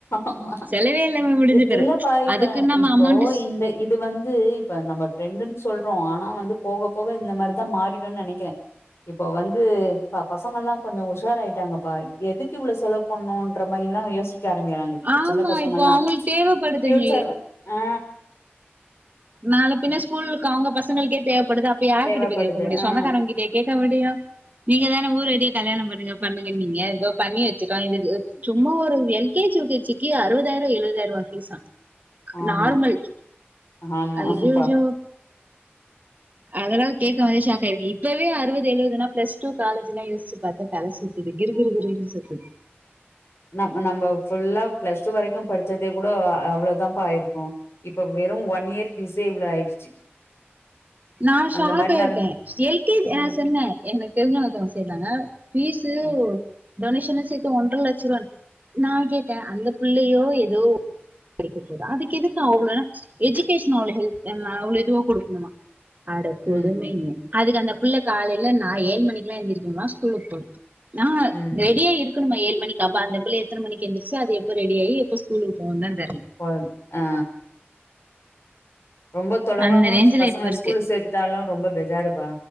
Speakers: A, on the left; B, on the right.
A: ஆமா
B: செலவே இல்லாம முடிஞ்சுப்பேரு
A: இ இல்லப்பா இப்ப
B: அதுக்குன் நம்ம
A: இப்போ
B: அமௌண்ட்டு
A: இந்த இது வந்து இப்ப நம்ம ட்ரெண்டுன்னு சொல்றோ ஆனா வந்து போக போக இந்த மாரிதா மாறிடுனு நெனைக்கிறே இப்ப வந்து ப பசங்கல்லா கொஞ்சோ உஷாராயிட்டாங்கப்பா எதுக்கு இவ்ளோ செலவு பண்ணுன்ற மாரியெல்லா யோசிக் க ஆரம்பிக்கிறாங்க இப்ப
B: ஆமா
A: சின்ன பசங்கல்லா
B: இப்போ அவங்களுக்கு தேவைப்படுதுங்க
A: பியூச்சர் ஆ
B: நாளப் பின்ன ஸ்கூல்க்கு அவுங்க பசங்குளுக்கே தேவப்படுது அப்ப யார்கிட்ட
A: தேவப்படுது
B: போய்கேக்க முடியு
A: ஆ
B: சொந்தக்காரங் கிட்டே கேக்க முடியு நீங்க தான ஊரறிய கல்யாணோ பண்ணுங்க பண்ணுங்கன்னீங்க தோ பண்ணி வச்சுட்டோ இதுக்கு சும்மா ஒரு L K G U K ஜிக்கே அறுபதாயிரோ எழுவதாயிரோ ரூவா ஃபீஸ்சா
A: ஆமா
B: நார்மல்
A: ஆமா
B: அய்யய்யோ
A: பா
B: அதல்லா கேக்கு போதே ஷாக் ஆயிருக்கீங் இப்பவே அறுவது ஏழுவதுனா ப்ளஸ் டூ காலேஜிலா யோசிச்சுப்பாத்தா தல சுத்துது கிறு கிறு கிறுன்னு தல சுத்துது
A: நம் நம்ப ஃபுல்லா பிளஸ் டூ வரைக்கு படிச்சதே கூட அவ்ளோ தான்ப்பா ஆயிருக்கு இப்ப வெறு ஒன் இயர் ஃபீஸே இவ்ளோ ஆயிடுச்சு
B: நா ஷாக்
A: அந்த மாரி
B: ஆயிட்டே
A: நெலம்
B: எல் கே ஜ்
A: ம்
B: அ சொன்னே எனக்கு தெரிஞ்சவுங்க ஒருத்தவுங்க சேந்தாங்க ஃபீஸ்சு
A: ம்
B: டொனேஷன்ல சேத்தி ஒன்றர லட்ச ரூவா நா கேட்டே அந்த புள்ளையோ ஏதோ படிக்க போது அதுக்கு எதுக்கு அவ்ளோ எஜிகேஷன் அவ்ளோ ஹெல்த் அவ்ளோ இதுவா குடுக்கணுமா அட கொடுமயே
A: ம்
B: அதுக்கு அந்த புள்ள காலையில நா ஏழு மணிக்கெல்லா எழுந்திரிக்கனுமா ஸ்கூல்லுக்கு போறத் ஆ
A: ம்
B: ரெடியா இருக் குனுமா ஏழு மணக்கி அப்போ அந்த புள்ள எத்தன மணக்கி எந்துரிச்சு அது எப்ப ரெடி ஆயி எப்ப ஸ்கூல்லுக்கு போவுந்தா தெரில
A: போறத் ஆ ரொம்ப தொலவாவு
B: அந்த ரேஞ்சில்
A: பசங்க
B: இப்போ இருக்கு
A: ஸ்கூல்ல சேத்துட்டாலு ரொம்ப பெஜாருப்பா